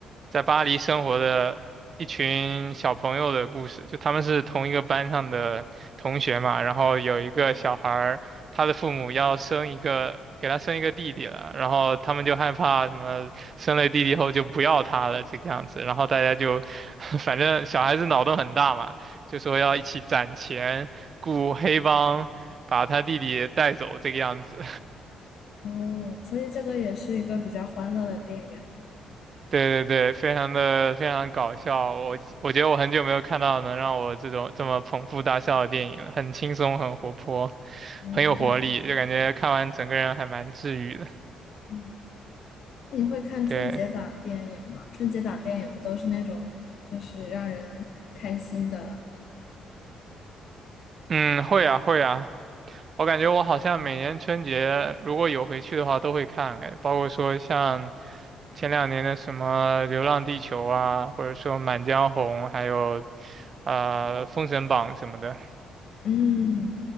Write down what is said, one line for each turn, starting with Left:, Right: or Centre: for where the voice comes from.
Right: 在巴黎生活的一群小朋友的故事，就他们是同一个班上的同学嘛，然后有一个小孩儿，他的父母要生一个，给他生一个弟弟了，然后他们就害怕什么生了弟弟后就不要他了这个样子，然后大家就，<laughs> 反正小孩子脑洞很大嘛，就说要一起攒钱雇黑帮把他弟弟带走这个样子。
Left: 哦，所以这个也是一个比较欢乐的电影。
Right: 对对对，非常的非常搞笑，我我觉得我很久没有看到能让我这种这么捧腹大笑的电影了，很轻松，很活泼，
Left: 嗯
Right: 很有活力，就感觉看完整个人还蛮治愈的。
Left: 嗯，那你会看春节档电影吗？
Right: 对，
Left: 春节档电影不都是那种就是让人开心的？
Right: 嗯，会啊会啊，我感觉我好像每年春节如果有回去的话都会看，哎，包括说像前两年的什么《流浪地球》啊，或者说《满江红》，还有呃《封神榜》什么的。
Left: 嗯，